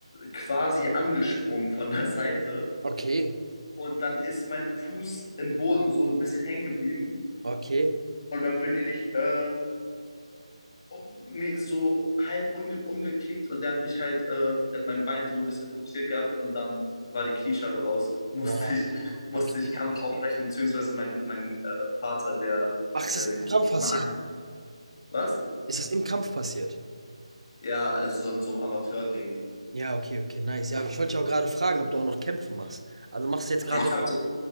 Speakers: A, on the left (about 40°); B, on the right (about 60°).
A: quasi angesprungen von der Seite
B: okay,
A: und dann ist mein Fuß im Boden so ein bisschen hängen geblieben
B: okay.
A: und dann bin ich äh, um, so halb umge umgekickt und der hat mich halt, äh, der hat mein Bein so ein bisschen fokussiert gehabt und dann war die Kniescheibe raus. <laughs> Musste
B: Boah,
A: ich, musste
B: okay.
A: ich Kampf aufbrechen, beziehungsweise mein, mein äh, Vater, der,
B: Ach, ist
A: der
B: das
A: sich
B: im Kampf passiert?
A: immer an. Was?
B: Ist das im Kampf passiert?
A: Ja, also so, so ein Amateur-Ding.
B: Ja, okay, okay, nice. Ja, aber ich wollte dich auch gerade fragen, ob du auch noch Kämpfe machst. Also machst du jetzt gerade?
A: Ich, hab-